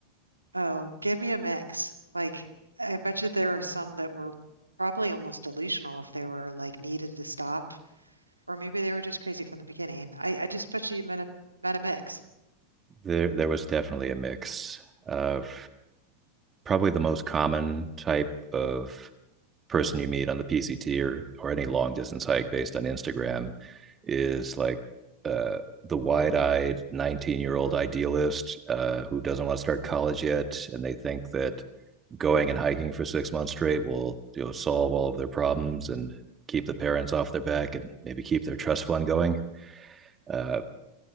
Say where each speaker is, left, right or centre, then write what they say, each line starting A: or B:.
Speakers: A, on the right; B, on the right.
A: Oh, give me a mix. Like I bet you there were some that were probably almost delusional if they were like needed to stop, or maybe they were just crazy from the beginning. I, I just bet you you met a met a mix.
B: There, there was definitely a mix of probably the most common type of person you meet on the PCT or or any long distance hike based on Instagram is like uh, the wide eyed 19 year old idealist uh, who doesn't want to start college yet. And they think that going and hiking for six months straight will you know solve all of their problems and keep the parents off their back and maybe keep their trust fund going. Uh,